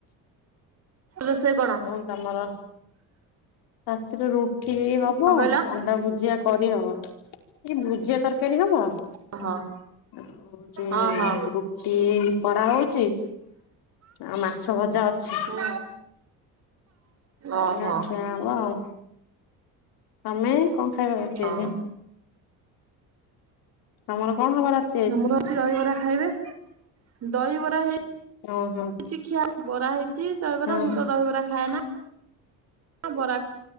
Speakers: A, on the right (about 40°); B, on the left (about 75°).
A: ରୋଷେଇ କଣ?
B: ଆଉ ତମର ରାତିରେ ରୁଟି ଏଇ ହବ
A: କଣ କହିଲ
B: ଅଣ୍ଡା ଭୁଜିଆ କରିହବ ଏଇ ଭୁଜିଆ ତରକାରୀ ହବ
A: ଓହୋ
B: ଆଉ ହଉଛି
A: ହଁ ହଁ
B: ରୁଟି କରା ହଉ ଚି ଆଉ ମାଛ ଭଜା ଅଛି।
A: ହୁଁ
B: ଏଇଆ
A: ଓହୋ
B: ଖିଆ ହବ ଆଉ ତମେ କଣ ଖାଇବ? ରାତି
A: ହଁ।
B: ଆଜି? ତମର କଣ ଖବର ଅ?
A: ଆମର ଅଛି ଦହିବରା ଖାଇବେ ଦହିବରା ହେଇ
B: ଓହୋ।
A: କିଛି ଖିଆ ବରା ହେଇଚି ଦହିବରା
B: ହଁ
A: ମୁଁ ତ ଦହିବରା ଖାଏ ନା। ହ ବରା